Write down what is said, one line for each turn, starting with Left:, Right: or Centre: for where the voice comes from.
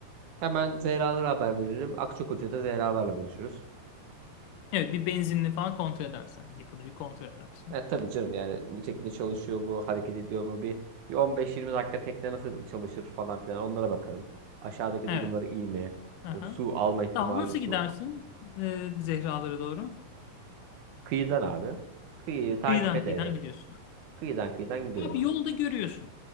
Right: Hemen Zehra'lara haber veririm. Akçakoca'da Zehra'larla buluşuruz.
Left: Evet, bir benzinli falan kontrol edersen. Yakıtı bir kontrol edersin.
Right: E, tabii canım yani tekne çalışıyor mu, hareket ediyor mu bir, bir 15-20 dakika tekne nasıl çalışır falan filan onlara bakarım. Aşağıdaki
Left: Evet.
Right: durumları iyi mi?
Left: Aha.
Right: E, su alma ihtimali
Left: Tamam, nasıl
Right: su.
Left: gidersin? Ee, Zehralara doğru.
Right: Kıyıdan abi. Kıyıyı takip
Left: Kıyıdan
Right: ede
Left: kıyıdan
Right: ede.
Left: gidiyorsun.
Right: Kıyıdan kıyıdan gidiyorum
Left: Abi
Right: abi.
Left: yolda görüyorsun.